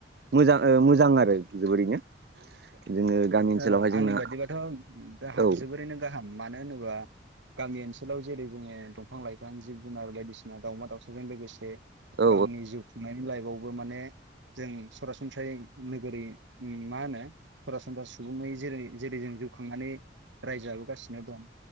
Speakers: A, on the right; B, on the right.
A: मोजां ओ मोजां आरो जोबोरैनो जोङो गामि ओनसोलावहाय
B: ओ
A: जोंना
B: आंनि बादिब्ला दाह
A: औ
B: जोबोरैनो गाहाम मानो होनोबा गामि ओनसोलाव जेरै जोङो दंफां लाइफां जिब जुनार बायदिसिना दावउमा दाउसाजों लोगोसे
A: औ
B: गावनि जुग खुंनायनि लाइफआवबो माने जों सरासनस्रायै नोगोरै मा होनो होमबा सुबुङै जेरै जेरै जों जिउ खांनानै रायजाबोगासिनो दं